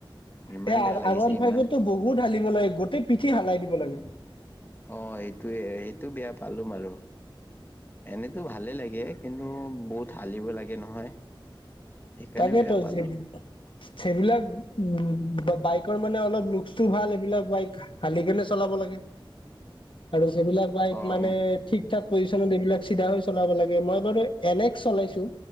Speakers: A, on the left; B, on the left.
A: <unintelligible>
B: ইমান বেয়া লাগিছে ইমান
A: গোটেই পিঠি সালাই দিব লাগে।
B: অ', এটোয়ে এইটো বেয়া পালোম আৰু। এনেতো ভালে লাগে কিন্তু বহুত হালিব লাগে নহয়। সেইকাৰণে
A: তাকেতো
B: বেয়া পালো
A: চে -চেবিলাক উম বা বাইক। কৰ অলপ লুকচটো ভাল এইবিলাক বাইক হালিকেনে চলাব লাগে আৰু সেইবিলাক বাইক
B: অ
A: মানে ঠিক-ঠাক পজিছনত এইবিলাক চিধা হৈ চলাব লাগে। মই বাৰু এন এক্স চলাইছোঁ।